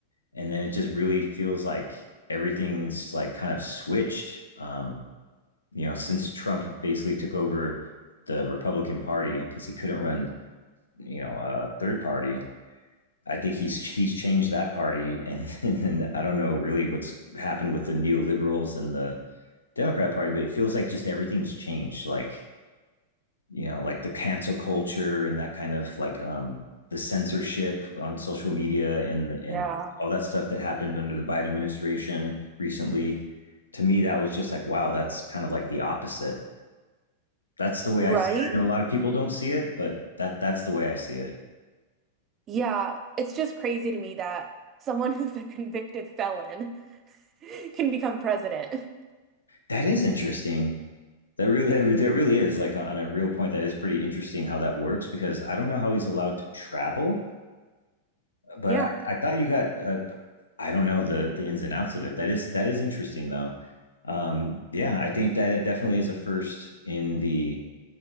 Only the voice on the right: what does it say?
Yeah.
Right?
Yeah, it's just crazy to me that someone <laughs> who's a convicted felon <laughs> can become president.
Yeah.